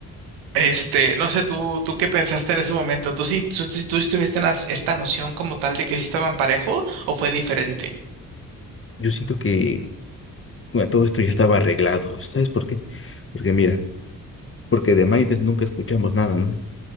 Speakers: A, on the right; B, on the left.
A: Este, no sé, tú, tú qué pensaste en ese momento, tú sí, tú, tú, tú sí tuviste una- esta noción como tal de que sí estaban parejo o fue diferente.
B: Yo siento que, bueno, todo esto ya estaba arreglado, ¿sabes por qué? Porque mira, porque de Maines nunca escuchamos nada, ¿no?